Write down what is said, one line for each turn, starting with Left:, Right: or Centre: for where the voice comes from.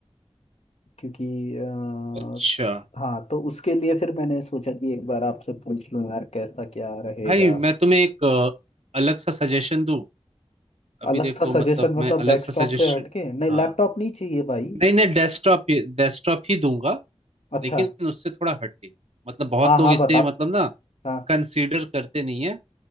Left: क्योंकि अ,
Right: अच्छा
Left: हाँ तो उसके लिए फिर मैंने सोचा कि एक बार आपसे पूछ लूं यार कैसा क्या रहेगा
Right: भाई मैं तुम्हें एक अ, अलग सा सजेशन दूं अभी
Left: अलग
Right: देखो
Left: सा सजेशन
Right: मतलब
Left: मतलब
Right: मैं अलग
Left: डेस्कटॉप
Right: सा सजेशन
Left: से हटके नहीं
Right: हाँ
Left: लैपटॉप नहीं चाहिए भाई
Right: नहीं नहीं डेस्कटॉप ही डेस्कटॉप ही दूंगा
Left: अच्छा
Right: लेकिन उससे थोड़ा हटके मतलब बहुत
Left: हाँ
Right: लोग
Left: हाँ
Right: इसे
Left: बता
Right: मतलब ना
Left: हाँ
Right: कंसीडर करते नहीं है